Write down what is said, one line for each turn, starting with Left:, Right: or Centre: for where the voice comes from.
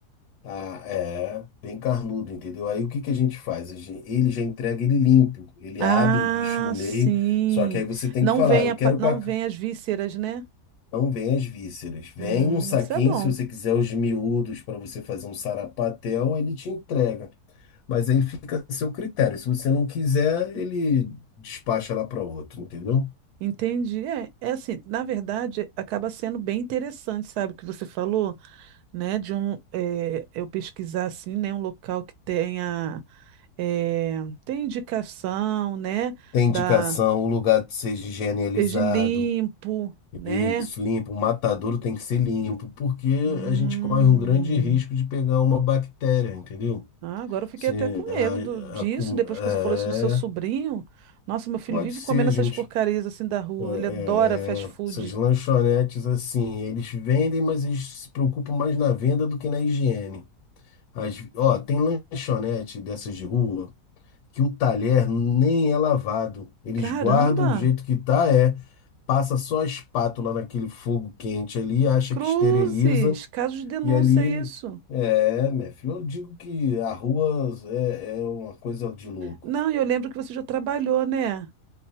Left: Ah, é, bem carnudo, entendeu? Aí o que que a gente faz? A gen- Ele já entrega ele limpo, ele
Right: Ah,
Left: abre o bicho no meio,
Right: sim.
Left: só que aí você tem
Right: Não
Left: que falar,
Right: vem,
Left: eu
Right: a
Left: quero
Right: pa- não
Left: com a,
Right: vem as vísceras, né?
Left: Não vem as vísceras. Vem
Right: Hum,
Left: num saquinho,
Right: isso é bom.
Left: se você quiser os miúdos para você fazer um sarapatel, ele te entrega. Mas aí fica a seu critério. Se você não quiser, ele despacha lá para outro, entendeu?
Right: Entendi. É, é assim, na verdade, acaba sendo bem interessante, sabe, o que você falou, né? De um, é, eu pesquisar assim, né? Um local que tenha, é, tem indicação, né?
Left: Tem
Right: Da,
Left: indicação, o lugar seja higienizado,
Right: seja limpo, né?
Left: isso, limpo, o matadouro tem que ser limpo, porque
Right: Hum.
Left: a gente corre um grande risco de pegar uma bactéria, entendeu?
Right: Ah, agora eu fiquei
Left: Se
Right: até com medo do- disso,
Left: a, a, com-
Right: depois
Left: é,
Right: que você falou isso do seu sobrinho. Nossa, meu filho
Left: pode
Right: vive
Left: ser,
Right: comendo essas
Left: gente.
Right: porcarias assim da rua.
Left: É, é,
Right: Ele adora fast
Left: é,
Right: food.
Left: essas lanchonetes assim, eles vendem, mas eles se preocupam mais na venda do que na higiene. As, ó, tem lanchonete dessas de rua que o talher nem é lavado. Eles
Right: Caramba!
Left: guardam do jeito que tá, é, passa só a espátula naquele fogo quente ali, acha
Right: Cruzes!
Left: que esteriliza
Right: Caso de denúncia,
Left: e ali ele-
Right: isso.
Left: É, meu filho, eu digo que a rua é, é uma coisa de louco.
Right: Não, e eu lembro que você já trabalhou, né?